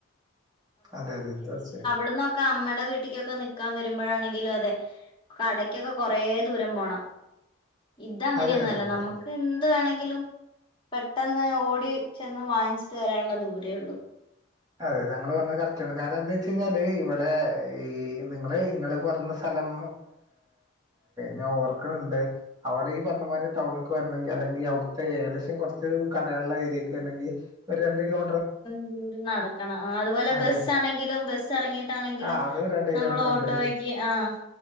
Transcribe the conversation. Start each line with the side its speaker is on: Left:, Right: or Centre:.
Right: അതെ അതെ തീർച്ചയിട്ടും.
Left: വ്ട്ന്നൊക്കെമ്മടെ വീട്ടിലക്കൊക്കെ നിക്കാൻ വരുമ്പോഴാണെങ്കിലും അതെ കടക്കൊക്കെ കൊറെ ദൂരം പോണം. ഇതങ്ങനെയൊന്നും
Right: അതെ അതെ
Left: അല്ല
Right: അതെ
Left: നമ്മുക്ക് എന്ത് വേണെങ്കിലും. പെട്ടെന്ന് ഓടി ചെന്ന് വാങ്ങിച്ചിട്ട് വരാള്ള ദൂരേ ഉള്ളു.
Right: അതെ തങ്കള് പറഞ്ഞത് കറക്റ്റണ് കാരണം ന്താച്ചെഴിഞ്ഞാല് ഇവടെ ഈഹ് നിങ്ങള് ഇങ്ങള് പറഞ സ്ഥലം ഞാന് ഓർക്കുണ് ണ്ട്. അവിടെ ഈ പറഞ്ഞ മാതിരി ടൌൺ ടൗൺക്ക് വരണെങ്കിൽ അല്ലെങ്കിൽ അവിടുത്തെ ഏകദേശം കുറച്ച് കടയുള്ള ഏരിയക്ക് വരെങ്കിൽ ഒരു രണ്ട് കിലോ
Left: ദൂര നടക്കണം അതുപോലെ
Right: അതെ
Left: ബസ് ആണെങ്കിലും ബസ് ബസറങ്ങിയിട്ടാണെങ്കിലും
Right: ആ അത് രണ്ട് കിലോമീറ്റർ
Left: നമ്മൾ ഓട്ടോക്ക്
Right: ഉണ്ട്
Left: ആഹ്